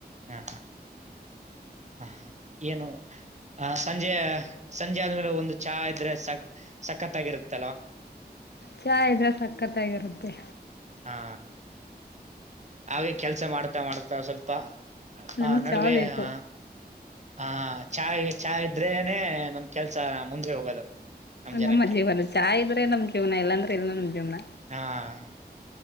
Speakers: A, on the right; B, on the left.
A: ಹಾ ಹಾ ಹ ಏನು? ಆ ಸಂಜೆ ಸಂಜೆ ಆದ್ಮೇಲೆ ಒಂದು ಚಹಾ ಇದ್ರೆ ಸ ಸಖತ್ಾಗಿರುತ್ತಲ್ವಾ?
B: ಚಹಾ ಇದ್ರೆ ಸಕ್ಕತ್ತಾಗಿರುತ್ತೆ.
A: ಹಾ ಹಾಗೆ ಕೆಲ್ಸ ಮಾಡ್ತಾ ಮಾಡ್ತಾ ಸ್ವಲ್ಪ ಹ
B: ನಮಗ್
A: ನಡುವೆ
B: ಚಾ ಬೇಕು
A: ಹ ಹಾ ಚಾ್ ಚಹಾ ಇದ್ರೇನೆ ನಮ್ ಕೆಲ್ಸ ಮುಂದೆ ಹೋಗೋದು. ನಮ್ ಜನಕ್ಕೆ
B: ನಮ್ಮ ಜೀವನ ಚಾಯ್ ಇದ್ರೆ ನಮ್ ಜೀವನ ಇಲ್ಲಾಂದ್ರೆ ಇಲ್ಲ ನಮ ಜೀವ್ನ,
A: ಹಾ